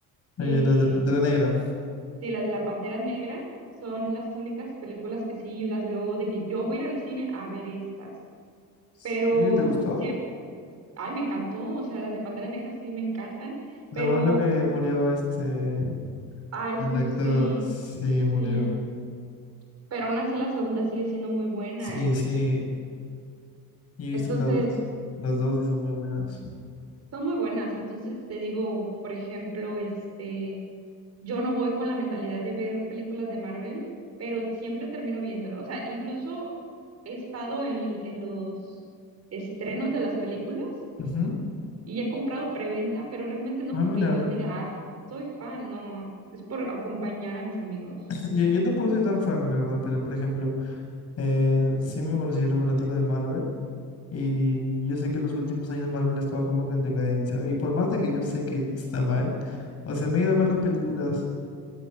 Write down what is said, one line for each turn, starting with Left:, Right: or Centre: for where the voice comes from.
Left: Ella,
Right: eh,
Left: las de Pantera Negra.
Right: sí, las de la Pantera Negra, son las únicas películas que sí las veo de que yo voy a ir al cine a ver estas,
Left: ¿Sí?
Right: pero
Left: ¿Te gustó?
Right: sí, ay, me encantó, o sea, las de Pantera Negra sí me encantan,
Left: Lo
Right: pero,
Left: bueno que murió este,
Right: ah, es
Left: el
Right: muy,
Left: actor,
Right: sí,
Left: sí, murió.
Right: sí, pero aún así la segunda sigue siendo muy buena,
Left: Sí, sí, y he visto
Right: entonces...
Left: las, las dos y son muy buenas.
Right: Son muy buenas, entonces te digo, por ejemplo, este, yo no voy con la mentalidad de ver películas de Marvel, pero siempre termino viéndolo. O sea, incluso he estado en, en los estrenos de las películas
Left: Ujú.
Right: y he comprado preventa, pero realmente no
Left: Ah,
Right: porque
Left: mira,
Right: yo diga, "Ah, soy fan, no, es por acompañar a mis amigos.
Left: yo, yo tampoco soy tan fan, la verdad, pero por ejemplo, eh, sí me considero fanático de Marvel y yo sé que los últimos años Marvel ha estado como que en decadencia y por más de que yo sé que está mal, o sea, me he ido a ver las películas